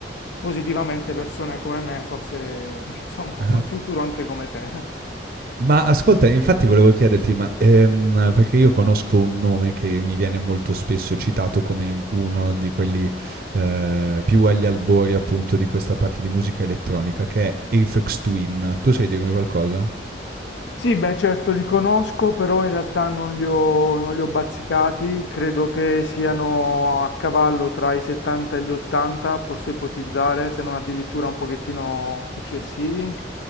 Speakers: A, on the left (about 75°); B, on the right (about 50°).
A: positivamente persone come me, forse <laughs> insomma,
B: <laughs>
A: in futuro anche come te.
B: Ma ascolta, infatti volevo chiederti, ma, ehm, perché io conosco un nome che mi viene molto spesso citato come uno di quelli, ehm, più agli albori appunto di questa parte di musica elettronica, che è Aphex Twin. Tu sai dirmi qualcosa?
A: Sì, beh, certo li conosco, però in realtà non li ho, non li ho bazzicati, credo che siano a cavallo tra i 70 e gli 80, posso ipotizzare, se non addirittura un pochettino successivi,